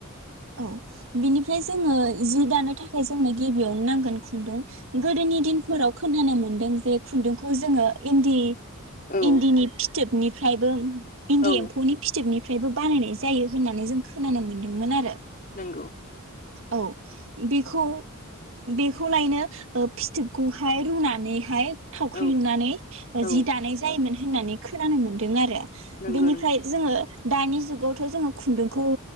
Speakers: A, on the right; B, on the left.
A: औ बिनिफ्राय जोङो जि दानो थाखाय जोंनो गिबियावनो नांगोन खुन्दुं गोदोनि दिनफोराव खोनानो मोन्दों जे खुन्दुंखौ जोङो इन्दि
B: औ
A: इन्दिनि फिथोबनि फ्रायबो इन्दि
B: औ
A: एम्फौनि फिथोबनि फ्रायबो बानायनाय जायो होननानै जों खोनानो मोन्दोंमोन आरो।
B: नंगौ
A: औ बेखौ बेखौलायनो ओ फिथोबखौहाय रुनानैहाय थावख्रि
B: औ
A: लुनानै
B: औ
A: जि दानाय जायोमोन होननानै खोनानो मोन्दों आरो।
B: नंगौ
A: बेनिफ्राय
B: नों
A: जोङो दानि जुगावथ' जोङो खुन्दुंखौ